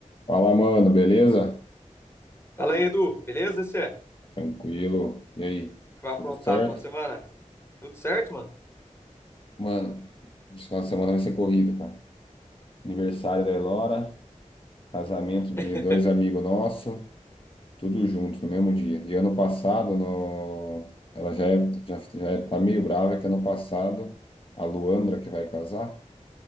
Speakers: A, on the left (about 45°); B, on the left (about 20°).
A: Fala, mano, beleza?
B: Fala aí, Edu. Beleza, você?
A: Tranquilo. E aí,
B: O que vai aprontar
A: tudo certo?
B: no final de semana? Tudo certo, mano?
A: Mano, esse final de semana vai ser corrido, cara. Aniversário da Elora, casamento de
B: <laughs>
A: dois amigos nossos, tudo junto no mesmo dia. E ano passado, no... ela já, é, já, já é- tá meio brava que ano passado a Luandra, que vai casar,